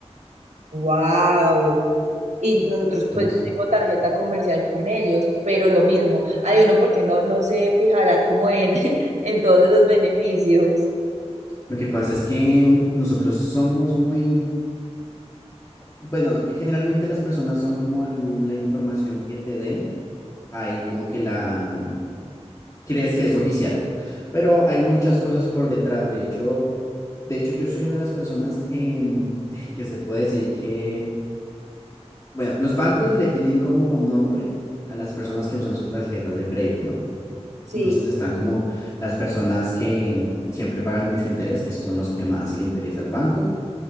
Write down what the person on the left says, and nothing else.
Entonces,
lo que pasa es que nosotros somos muy, bueno, generalmente las personas son como la información que te den, ahí como que la mm, crees que es oficial, pero hay muchas cosas por detrás. De hecho, de hecho, yo soy una de las personas que, mm, <laughs> que se puede decir que Bueno, los bancos le tienen como nombres a las personas que usan sus tarjetas de crédito, ¿no?
Entonces están como las personas que siempre pagan mucho interés, que esos son los que más le interesa al banco.